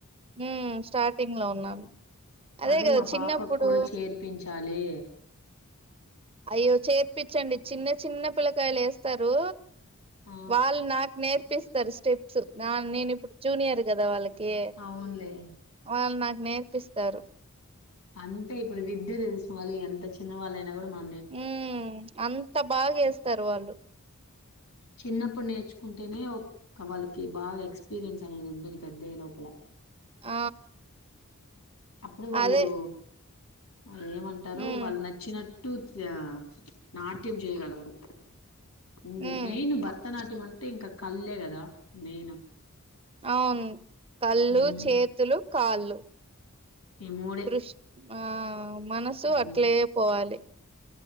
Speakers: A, on the right; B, on the left.
A: హ్మ్. స్టార్టింగ్‌లో ఉన్నాను.
B: అదే
A: గదా
B: మా
A: చిన్నప్పుడు
B: పాపకు కూడా చేర్పించాలి.
A: అయ్యో చేర్పించండి. చిన్న చిన్న పిల్లకాయలు వేస్తరూ.
B: ఆ
A: వాళ్ నాకు నేర్పిస్ తరు స్టేప్ ప్స్ నా నేను ఇప్పుడు జూనియర్. గద వాళ్ళక్ కే
B: అవునులే
A: వాళ్ నాక్ నేర్పిస్తారు.
B: అంతే ఇప్పుడు విద్య తెలుసిన వాళ్ళు ఎంత చిన్న వాళ్ళయినా కూడా మాక్
A: ఊ అంత బాగా వేస్తరు వాళ్ళు
B: చిన్నప్పుడు నేర్చుకుంటేనే ఒక వాళ్ళకి బాగా ఎక్స్పీరియన్స్ అనేది ఉంటుంది పెద్దయ్యే లోపల
A: ఆ
B: అప్పుడు వాళ్ళు
A: అదే.
B: వాళ్ళనేమంటారు
A: హ్మ్.
B: వాళ్ నచ్చినట్ ట్టు జా నాట్యం చేయగలరు మ్
A: హ్మ్.
B: మెయిన్ భరతనాట్యం అంట్ టే ఇంకా కళ్ళే కదా మెయిన్.
A: అవును కళ్ళు
B: ఉమ్,
A: చేతులు కాళ్ళు
B: ఇ మూడే
A: దృష్ ఆ మనసు
B: ఉమ్,
A: అట్లే పోవాలి